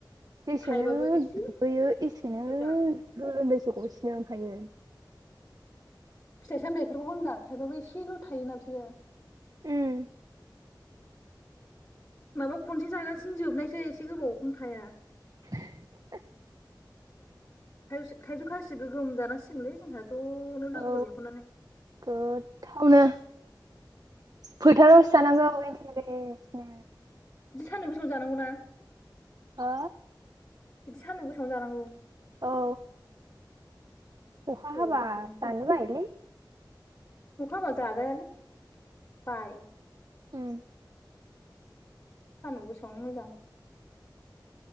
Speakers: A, on the right; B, on the left.
A: जेसेनो
B: थाइबाबो एसेल'
A: दुगैयो
B: थायो नालाय
A: एसेनो
B: दा बायदियाव जानो
A: गोलोमदैसो। गसेनो ओंखायो।
B: फिथाइ सामथाइफोरखौबो होनदां थाइबाबो एसेल' थायोना बिसोरो।
A: ओम।
B: माबा खनसे जागासिनो जोबनायसै एसे गोबावखौनो थाया।
A: <inaudible>
B: थायजौ थायजौ खायसे गोगोम जानांसिगोनलै जोंहा। ज'नो लोगोफोर
A: औ
B: लेंहरनानै।
A: गोथावनो फोथारावसो जानांगौ <unintelligible>
B: बिदि सान्दुं गोसायावनो जानांगौ ना।
A: हो
B: बिदि सान्दुं गोसाव जानांगौ
A: औ अखा
B: गोगोमनो
A: हाबा जानो बायोलै
B: अखा हाबा जाजायालै बायो
A: उम
B: सानदुं गोसायावनो मोजां